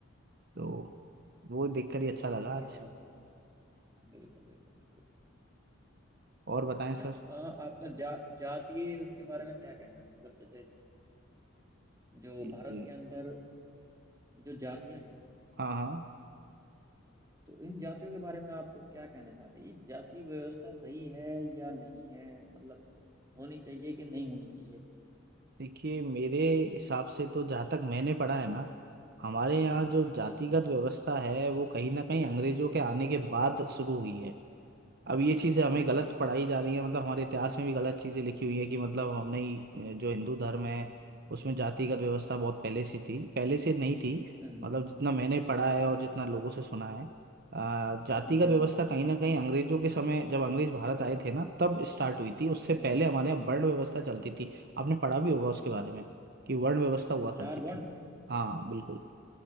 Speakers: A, on the right; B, on the right.
A: तो वो देखकर
B: हम्म।
A: ही अच्छा लगा
B: ये
A: आज
B: बात बिल्कुल बिल्कुल बिल्कुल
A: और बताएं
B: अच्छा
A: सर
B: अ, आपका जा जातीय उसके बारे में क्या कहना है मतलब जैसे जो
A: ये-
B: भारत
A: ये-
B: के अंदर जो जातियां हैं
A: हाँ हाँ
B: तो इन जातियों के बारे में आप क्या कहना चाहते हैं ये जाति व्यवस्था सही है या नहीं है मतलब होनी चाहिए कि नहीं होनी चाहिए
A: देखिए मेरे हिसाब से तो जहाँ तक मैंने पढ़ा है ना हमारे यहाँ जो जातिगत
B: जी
A: व्यवस्था है वो कहीं ना कहीं अंग्रेजों के आने के बाद शुरू हुई है अब ये चीज़ें हमें
B: अच्छा
A: गलत पढ़ाई जा रही है मतलब हमारे इतिहास में भी गलत चीज़ें लिखी हुई है कि मतलब हमने ही, अ, जो हिंदू धर्म है उसमें जातिगत व्यवस्था बहुत पहले से थी पहले से नहीं थी
B: हम्म
A: मतलब जितना मैंने पढ़ा है और जितना लोगों से सुना है अ, जातिगत
B: हम्म हम्म हम्म
A: व्यवस्था कहीं ना कहीं अंग्रेजों के समय जब अंग्रेज भारत आए थे ना तब स्टार्ट हुई थी उससे
B: हम्म।
A: पहले हमारे यहाँ वर्ण व्यवस्था चलती थी आपने पढ़ा भी होगा उसके बारे में कि वर्ण व्यवस्था हुआ
B: चार
A: करती
B: वर्ण
A: थी हाँ बिल्कुल